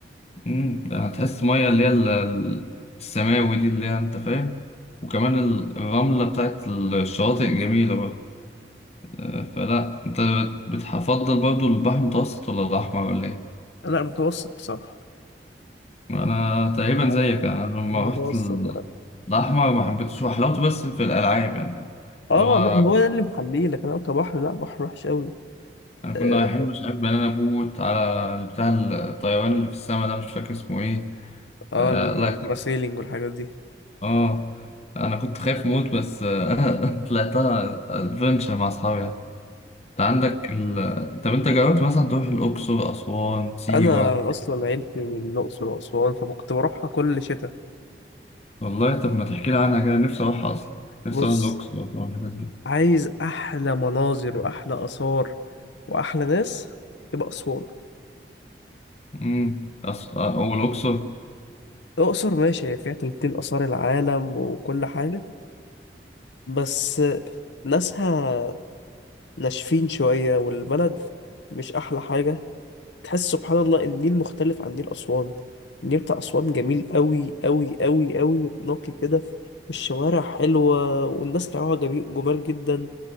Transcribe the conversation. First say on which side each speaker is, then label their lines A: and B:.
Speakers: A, on the left (about 35°); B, on the left (about 80°).
A: مم، هتحس مية اللي هي ال- ال- السماوي دي اللي هي انت فاهم وكمان ال- الرملة بتاعت الشواطئ جميلة برضه آه، فلا انت بتفضل برضه البحر المتوسط ولا الأحمر ولا ايه؟
B: لا متوسط بصراحة
A: انا تقريبا
B: انا
A: زيك انا لما
B: متوسط
A: رحت ال- الاحمر ما حبيتش وحلاوته بس في الالعاب يعني
B: اه
A: اللي هو
B: لا، ما هو ده اللي محميه لكن انا كبحر لا بحر وحش قوي
A: انا كنا
B: اه
A: رايحين مش عارف بنانا بوت على بتاع الطيران اللي في السما ده مش فاكر اسمه ايه
B: آه،
A: آه
B: الباراسيلينج
A: لا
B: والحاجات دي
A: اه انا كنت خايف موت بس آه <laughs> طلعتها ادفنتشر مع اصحابي يعني. انت عندك ال... طب انت جربت مثلا تروح الاقصر اسوان سيوه
B: انا اصلا عيلتي من الاقصر واسوان فكنت بروحها كل شتاء
A: والله طب ما تحكي لي عنها كده نفسي اروح اصلا نفسي
B: بص
A: اروح الاقصر واسوان الحتت دي
B: عايز احلى مناظر واحلى اثار واحلى ناس يبقى اسوان
A: امم أص... آه، والاقصر
B: الاقصر ماشي هي فيها تلتين اثار العالم وكل حاجه بس ناسها ناشفين شويه والبلد مش احلى حاجه تحس سبحان الله ان النيل مختلف عن نيل اسوان النيل بتاع اسوان جميل قوي قوي قوي قوي نقي كده والشوارع حلوه والناس بتاعها جميل جمال جدا